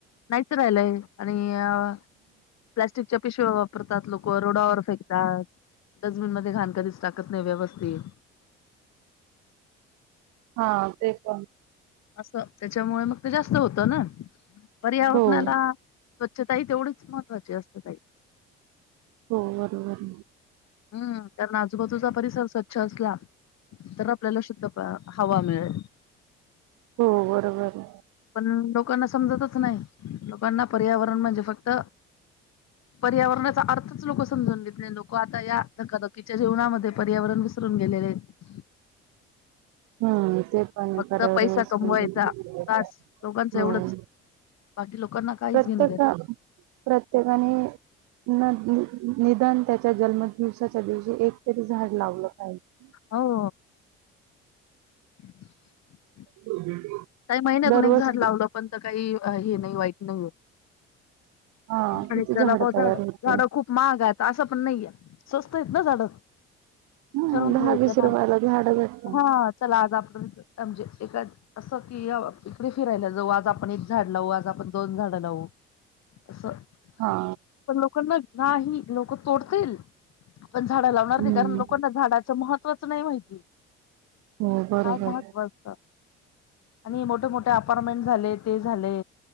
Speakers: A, on the left; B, on the right.
A: नाहीच राहिलंय. आणि अह प्लास्टिकच्या पिशव्या वापरतात लोक रोडावर फेकतात. डस्टबिन मध्ये घाण कधीच टाकत नाही व्यवस्थित
B: हा ते पण
A: असं त्याच्यामुळे मग ते जास्त होतं ना पर्यावरणाला
B: हो
A: स्वच्छताही तेवढीच महत्वाची असते ताई.
B: हो बरोबर.
A: हम्म कारण आजूबाजूचा परिसर स्वच्छ असला तर आपल्याला शुद्ध प्र हवा मिळेल.
B: हो बरोबर.
A: पण लोकांना समजतच नाही, लोकांना पर्यावरण म्हणजे फक्त पर्यावरणाचा अर्थच लोक समजून घेत नाही लोक आता या धकाधकीच्या जीवनामध्ये पर्यावरण विसरून गेलेले आहेत.
B: हा ते पण आहे
A: फक्त
B: पर्यावरणच
A: पैसा कमवायचा
B: पण आहे.
A: बास लोकांच
B: हो
A: एवढंच बाकी लोकांना काहीच
B: प्रत्येक
A: घेणदेणं नाही.
B: प्रत्येकाने अह निदान त्याच्या जन्म दिवसाच्या दिवशी एकतरी झाड लावलं पाहिजे.
A: हो. हम्
B: <inaudible>
A: काही महिन्यातून
B: दररोज
A: एक झाड लावलं पण तर काही हे नाही वाईट नाही होत.
B: हा
A: आणि
B: किती
A: ज्याला भा
B: तयार
A: झाड झाडं
B: होते
A: खूप महाग आहेत असं पण नाहीये स्वस्त आहेत ना झाड.
B: हम्म
A: ठरून
B: दहा
A: घ्यायचं
B: वीस
A: ना
B: रुपयाला झाड भेटतात
A: हा चला आज आपण म्हणजे <unintelligible> की इकडे फिरायला जाऊ आज आपण एक झाड लावू, आज आपण दोन झाडं लावू असं
B: हा.
A: पण लोकांना नाही लोक तोडतील पण झाडं लावणार
B: हम्म
A: नाही कारण लोकांना झाडा महत्वाचं नाही माहिती
B: हो बरोबर
A: काय महत्व असत आणि मोठे मोठे अपार्टमेंट झाले ते झाले